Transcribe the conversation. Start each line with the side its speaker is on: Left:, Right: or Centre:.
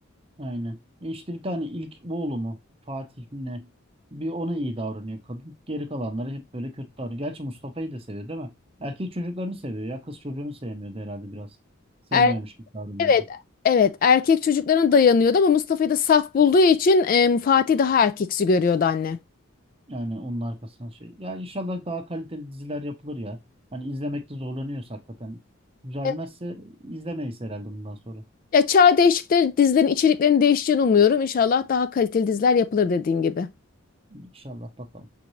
Right: Aynen. E işte bir tane ilk oğlu mu Fatih mi ne? Bir ona iyi davranıyor kadın. Geri kalanları hep böyle kötü davranıyor. Gerçi Mustafa'yı da seviyor değil mi? Erkek çocuklarını seviyor ya. Kız çocuğunu sevmiyordu herhalde biraz. Sevmiyormuş
Left: Er,
Right: gibi davranıyordu.
Left: evet, evet erkek çocuklarına dayanıyordu ama Mustafa'yı da saf bulduğu için e, Fatih daha erkeksi görüyordu anne.
Right: Yani onun arkasına şey. Ya inşallah daha kaliteli diziler yapılır ya. Hani izlemekte zorlanıyoruz hakikaten. Güzelmezse
Left: Evet.
Right: izlemeyiz herhalde bundan sonra.
Left: Ya çağ değişikleri dizilerin içeriklerinin değişeceğini umuyorum. İnşallah daha kaliteli diziler yapılır dediğin gibi.
Right: İnşallah bakalım.